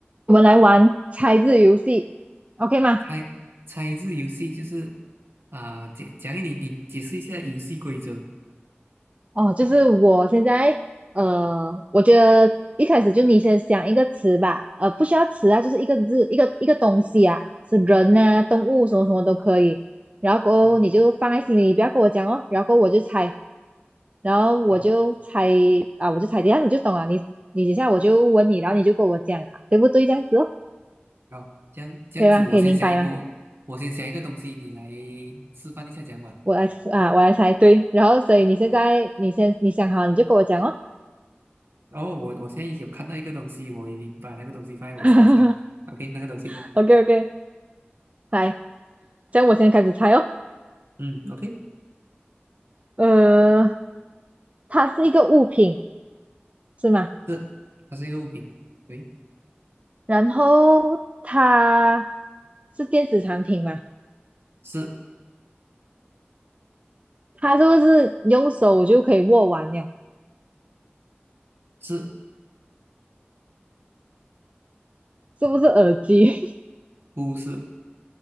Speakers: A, on the right; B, on the right.
A: 我们来玩猜字游戏，OK 吗？
B: 猜猜字游戏就是啊，讲讲你你解释一下游戏规则。
A: 哦，就是我现在，呃，我觉得一开始就你先想一个词吧，呃，不需要词啊，就是一个字，一个一个东西啊，是人啊、动物什么什么都可以。然后过后你就放在心里，
B: 嗯，
A: 不要跟我讲哦。然后过后我就猜，然后我就猜
B: 好，
A: 啊，我就猜，等一下你就懂了。你你等一下我就问你，然后你就跟我讲啊，对不对？这样子哦，
B: 好，这样这样子，
A: 可以吗？
B: 我先想我我先想一个东西，
A: 可以明白吗？
B: 你来示范一下讲完。
A: 我来啊，我来猜，对。然后所以你现在你先你想好，你就跟我讲哦。
B: 然后我我现在有看到一个东西，我已经把那个东西放在我心上。
A: <laughs>
B: OK，那个东西，
A: OK OK，来，这样我先开始猜哦。
B: 嗯，OK，
A: 呃，它是一个物品是吗？
B: 是它是一个物品，对，
A: 然后它是电子产品吗？
B: 是
A: 它是不是用手就可以握完了？
B: 是
A: 是不是耳机
B: 不是？